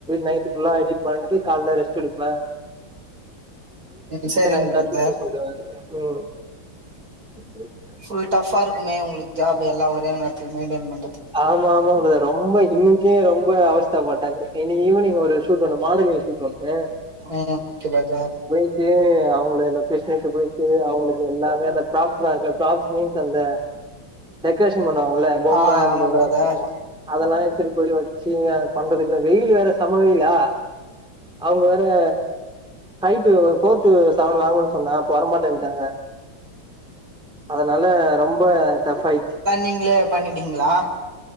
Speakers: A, in the centre; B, on the right (about 45°).
A: நைட் ஃபுல்லா எடிட் பண்ணிட்டு காலைல ரெஸ்ட் எடுக்கலா
B: இது சரிங்க
A: இருந்தா
B: பிரதர்
A: ஷூட் ம் <inaudible>
B: ஃபுல் டஃபா இருக்குமே உங்களுக்கு ஜாப் எல்லா ஒரே நேரத்துல மெயின்டெய்ன் பண்றது
A: ஆமா ஆமாங்க பிரதர் ரொம்ப இன்னைக்கே ரொம்ப அவஸ்த பட்டது இன்னிக்கி ஈவினிங் ஒரு ஷூட் ஒன்னு மாடலிங் ஷூட் ஒன்னு
B: ம் ஓகே பிரதர்
A: போய்ட்டு அவங்க லொகேஷனுக்கு போய்ட்டு அவங்களுக்கு எல்லாமே அந்த ப்ராப்ஸ்லா இருக்குல ப்ராப்ஸ் மீன்ஸ் அந்த டெக்கரேஷன் பண்ணுவாங்கல்ல பொம்ம
B: ஆ
A: அந்த
B: ஆமா
A: இத
B: பிரதர்
A: வச்சு பண்ணுவாங்க அதெல்லா எத்துட்டு போயிட்டு வச்சு இங்க பண்றது இங்க வெயில் வேற செம வெயிலா அவுங்க வேற ஹைட்டு ஒரு ஃபோர்த்து செவன் வாங்குன்னு சொன்னே அப்போ வரமாட்டேன்ட்டாங்க அதனால ரொம்ப டஃப் ஆயிச்சு
B: நீங்களே பண்ணிட்டீங்களா